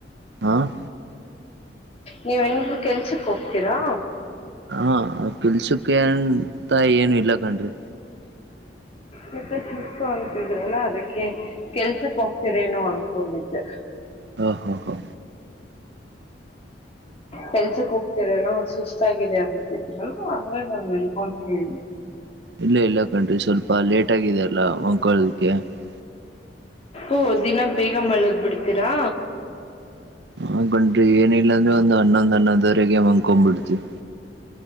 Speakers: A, on the right; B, on the left.
A: ಆ
B: ನೀವೆನ ಕೆಲ್ಸಕ್ ಹೋಗ್ತೀರಾ
A: <unintelligible> ತಾಯ ಇಲ್ಲ ಕಣ್ರಿ
B: ಮಪ ಶುಸ್ತು ಅಂತಿದ್ರಲ್ಲ ಅದಕ್ಕೆ ಕೆಲ್ಸಕ್ ಹೋಗ್ತರೇನೋ ಅನ್ಕೊಂಡಿದ್ದೆ
A: ಹ ಹಾ ಹಾ
B: ಕೆಲ್ಸಕ್ ಹೋಗ್ತರ ಸುಸ್ತಿದೆ ಅನ್ತಿದರು ಆದ್ರೆ ನಾನ್ ಅನ್ಕೊಂಡ ಕೇಳಿದೆ
A: ಇಲ್ಲ ಇಲ್ಲ ಕನ್ಿ ಸ್ವಲ್ಪ ಲೇಟ್ ಆಗಿದೆಲ್ಲ ಮಂಕೊಳ್ಳೋದಕ್ಕೆ <unintelligible>
B: ಓ ದಿನ ಬೇಗ ಮಳಗ್ ಬಿಡ್ತೀರಾ
A: ಹಕೊಂಡ್ರಿ ಏನಿಲ್ಲಾ ಅಂದ್ರೆ ಒಂದು ಹನ್ನೊಂದ್ ಹನ್ನೊಂದವರೆಗೆ ಮ್ಕೊ್ಬಿಡ್ತಿವಿ